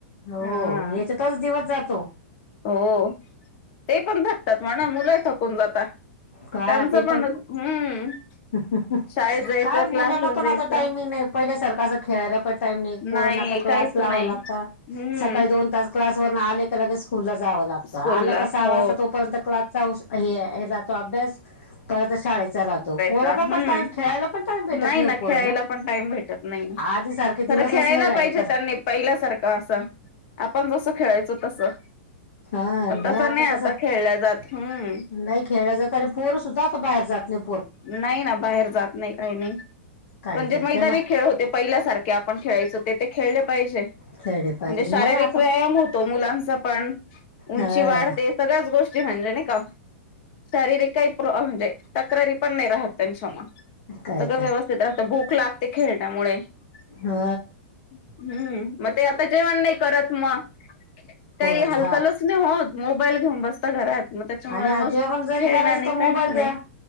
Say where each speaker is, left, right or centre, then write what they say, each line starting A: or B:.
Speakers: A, on the left (about 70°); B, on the left (about 50°).
A: हो
B: हा
A: याच्यातच दिवस जातो
B: हो ते पण थकतात म्हणा मुलं थकुन जात त्यांचं
A: का ते
B: पण हम्म.
A: का?
B: शाळेत जायचं
A: मुलांना
B: क्लासला
A: पण
B: जायचं
A: आता टाइमिंग नाही पहिल्या सारक आसं खेळायला पण टाईम नई पोरांना
B: नाही
A: आता क्लास
B: काहीच
A: लावायला
B: नाही
A: लागता.
B: हम्म
A: सकाळी दोन तास क्लासवरून आले लगेच स्कूलला जावं लागतं.
B: स्कूल
A: आला
B: ला
A: का सहा
B: हो
A: वाजेता तोपर्यंत क्लासचा ओऊस का हे आये हेला तो अभ्यास. कराचा शाळेचा राहतो. पोरांना
B: चा हम्म
A: पण टाइम खेळायला पण टाइम भेटत
B: नाही ना
A: हो पोरांना
B: खेळायला पण टाइम भेटत नाही.
A: आधी सारखे
B: खर
A: दिवसच
B: खेळायला
A: नाही राहिले
B: पाहिजे
A: खरं
B: त्यांनी पहिल्यासारखं असं आपण जसं खेळायचो तसं.
A: हा
B: पण
A: नाही
B: तसं
A: आता तस
B: खेळल्या जात हम्म
A: नाही खेळलं जात आणि पोर सुद्धा आता बाहेर जात नाहीत.
B: नाही ना बाहेर जात नाही काही नाही
A: काय
B: पण जे
A: तर
B: मैदानी
A: ते ना
B: खेळ होते पहिल्यासारखे आपण खेळायच ते ते खेळले पहिजे म्हणजे
A: खेळले पाहिजे
B: शारीरिक
A: नाही आता
B: व्यायामा होतो मुलांचा पण उंची
A: हा
B: वाढते सगळ्याच गोष् ती भाणं नई का शारीरिक काई प्रॉ म्हणजे तक्रारी पण नाही राहत त्यांच्या मग
A: काय
B: सगळं
A: तर
B: व्यवस्थित राहत भूक लागते खेळण्यामुळे हम्म
A: हा
B: मग ते आता जेवण नाही करत मग काही
A: पोरच
B: हालचालच
A: हा
B: नाही होत मोबाईल घेऊन बसता घरात मग त्याच्यामुळे
A: आणि आजी
B: मग
A: आपण जरी
B: खेळणं
A: करायच
B: नाही
A: तर मोबाईल
B: काहीच
A: द्या
B: नाही